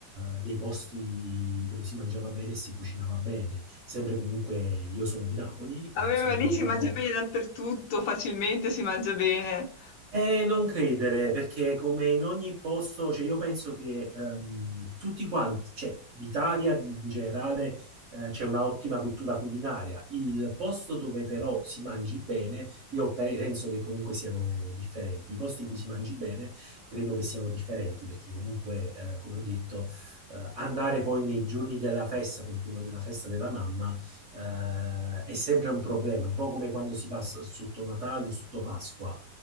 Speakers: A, on the right; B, on the left.
A: eh, dei posti dove si mangiava bene e si cucinava bene. Sempre comunque, io sono di Napoli,
B: a me
A: sempre
B: va lì
A: diciamo
B: si mangia bene dappertutto, facilmente si mangia bene,
A: Eh, non credere, perché come in ogni posto, cioè io penso che ehm, tutti quanti, cioè l'Italia di- in generale eh, c'è una ottima cultura culinaria, il posto dove però si mangi bene, io pe- penso che comunque siano differenti, i posti in cui si mangi bene credo che siano differenti, perché comunque, eh, come ho detto, eh, andare poi nei giorni della festa, come quello della festa della mamma, eh, è sempre un problema, un po' come quando si va s- sotto Natale o sotto Pasqua